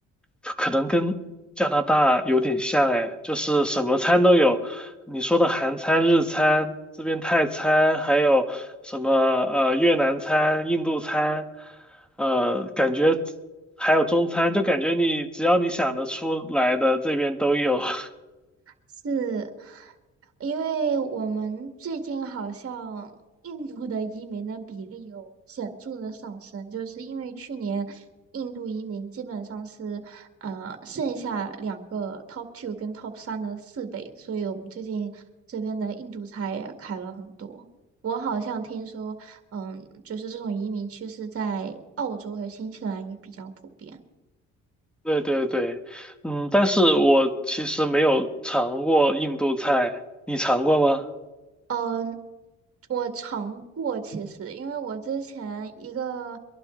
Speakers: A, in the centre; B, on the right.
A: 可能跟加拿大有点像哎，就是什么餐都有。你说的韩餐、日餐，这边泰餐，还有什么呃越南餐、印度餐，呃，感觉还有中餐，就感觉你只要你想得出来的，这边都有。<laughs>
B: 是因为我们最近好像印度的移民的比例有显著的上升，就是因为去年印度移民基本上是呃剩下两个 top two 跟 top 三的四倍，所以我们最近这边的印度菜也开了很多。我好像听说，嗯，就是这种移民趋势在澳洲和新西兰也比较普遍。
A: 对对对，嗯，但是我其实没有尝过印度菜，你尝过吗？
B: 嗯，我尝过，其实因为我之前一个